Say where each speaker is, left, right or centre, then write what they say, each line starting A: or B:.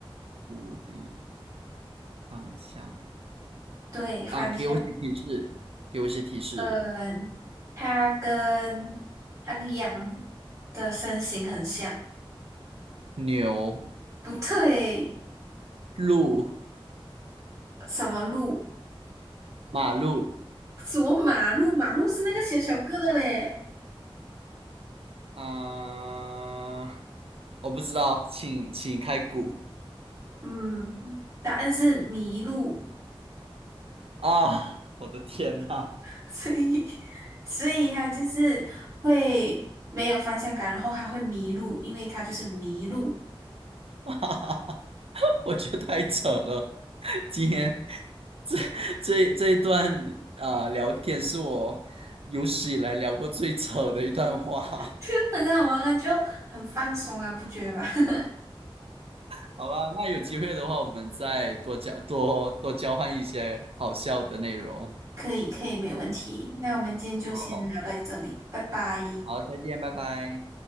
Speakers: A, on the right; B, on the right.
A: 狐狸，方向
B: 对方向，
A: 啊，给我一些提示，给我一些提示。
B: 嗯、它跟它跟羊的身形很像，
A: 牛、
B: 不对。
A: 路、
B: 什么路？
A: 马路，
B: 什么马路？马路是那个小小个的嘞。
A: 啊、我不知道，请请开估
B: 嗯，答案是迷路，
A: 啊！我的天呐，
B: <laughs> 所以所以他就是会没有方向感，然后他会迷路，因为他就是迷路，
A: <laughs> 我觉得太扯了。今天这这这一段啊、聊天是我有史以来聊过最扯的一段话。
B: 就很好玩啊，
A: <laughs>
B: 就很放松啊，不觉得吗？<laughs>
A: 好吧，那有机会的话，我们再多交多多交换一些好笑的内容。
B: 可以，可以，没问题。那我们今天就先聊到这里，
A: 好，
B: 拜拜。
A: 好，再见，拜拜。